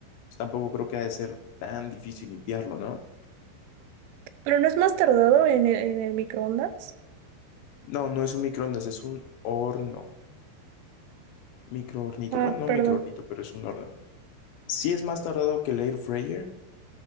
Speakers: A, on the left; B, on the right.
A: pues tampoco creo que ha de ser tan difícil limpiarlo, ¿no?
B: Pero no es más tardado en el, en el microondas.
A: No, no es un microondas, es un horno, microhornito.
B: Ah,
A: Bueno, no
B: perdón.
A: microhornito, pero es un horno. Sí es más tardado que el air fryer,